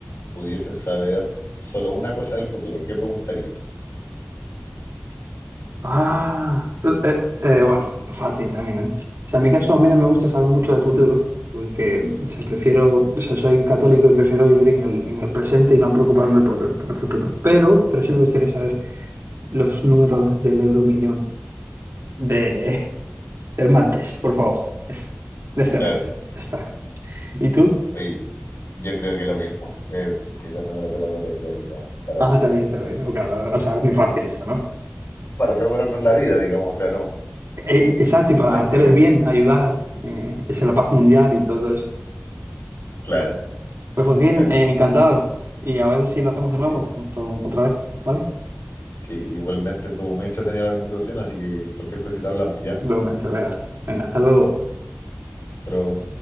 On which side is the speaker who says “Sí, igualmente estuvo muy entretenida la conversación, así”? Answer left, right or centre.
Left